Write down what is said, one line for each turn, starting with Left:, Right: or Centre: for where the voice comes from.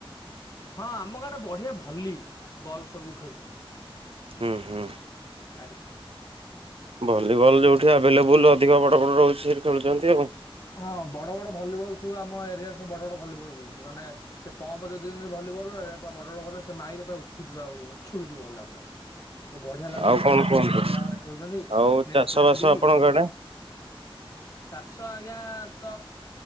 Left: ହଁ ଆମ ଗାଁରେ ବଢିଆ ଭଲି ବଲ୍ ସବୁ ଖେଳୁଛନ୍ତି।
Right: ହୁଁ ହୁଁ।
Left: ଆଜ୍ଞା।
Right: ଭଲିବଲ ଯୋଉଠି ଆଭେଲେବୁଲ ଅଧିକ ବଡ ବଡ ରହୁଛି ସେଇଠି ଖେଳୁଛନ୍ତି ଆଉ।
Left: ହଁ ବଡ ବଡ ଭଲିବଲ ସବୁ ଆମ ଏରିଆରେ ସବୁ ବଡ ବଡ ଭଲିବଲ ମିଳୁଛି ମାନେ ସେ ପମ୍ପ ଦେଇଦେଉଛନ୍ତି ଭଲି ଲରେ ବଡ଼ ବଡ ବଲ ରେ ସେ ମାଇଲେ ପୁରା ଉଠୁଛି ଆଉ ଉଛୁଡୁଛି ବଲ ଟା ପୁରା। ସେ ବଢିଆ ଲାଗୁଛି
Right: ଆଉ
Left: ଖେଳିବା
Right: କଣ କୁହନ୍ତୁ
Left: ପାଇଁ ପିଲାମାନେ ଖେଳୁଛନ୍ତି
Right: ଆଉ
Left: ନେଟ
Right: ଚାଷ
Left: ଫେଟ
Right: ବାସ
Left: ଭିଡିକି
Right: ଆପଣଙ୍କ ଆଡେ?
Left: ଚାଷ ଆ ଆଜ୍ଞା ତ